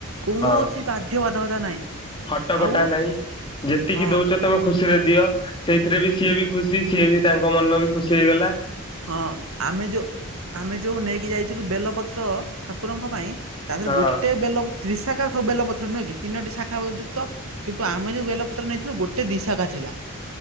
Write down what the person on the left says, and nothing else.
ହଁ
ହଟ କଟା
ନାହିଁ ଯେତିକି
ଦଉଛ ତମେ ଖୁସି ଖୁସିରେ ଦିଅ ସେଇଥିରେ ବି ସିଏ ବି ଖୁସି ସିଏ ବି ତାଙ୍କ ମନ ବି ଖୁସି ହେଇଗଲା।
ହଁ